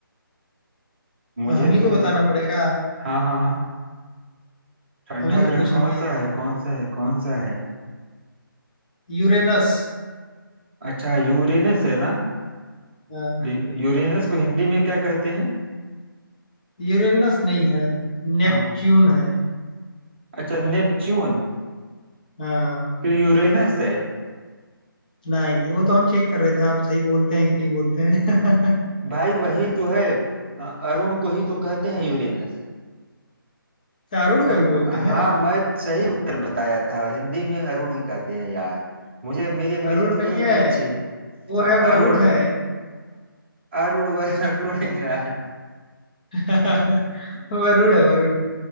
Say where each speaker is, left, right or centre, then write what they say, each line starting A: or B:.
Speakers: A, on the right; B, on the left.
A: मुझे
B: हम ही को
A: तो
B: बताना
A: ये
B: पड़ेगा
A: हाँ हाँ हाँ ठंडा
B: हम ही से
A: ग्रह
B: पूछेंगे
A: कौन सा है कौन सा है कौन सा है
B: यूरेनस
A: अच्छा यूरेनस है ना
B: हाँ
A: यू- यूरेनस को हिंदी में क्या कहते हैं
B: यूरेनस नहीं है नेपच्यून
A: हाँ हाँ।
B: है
A: अच्छा नेपच्यून
B: हाँ
A: कि यूरेनस है
B: नहीं नहीं वो तो हम चेक कर रहे थे आप सही बोलते हैं कि नहीं बोलते हैं <laughs>
A: भाई वही तो है अ, अरुण को ही तो कहते हैं यूरेनस
B: अच्छा, अरुण
A: मैं
B: को ही बोलते हैं
A: हाँ मैं सही उत्तर बताया था हिंदी में अरुण ही कहते हैं यार मुझे मेरी अंग्रेजी
B: अरुण
A: थोड़ी
B: नहीं
A: उतनी
B: है
A: अच्छी है
B: वो है वरुण
A: अरुण
B: है
A: अरुण व अरुण ही यार
B: <laughs> वरुण है वरुण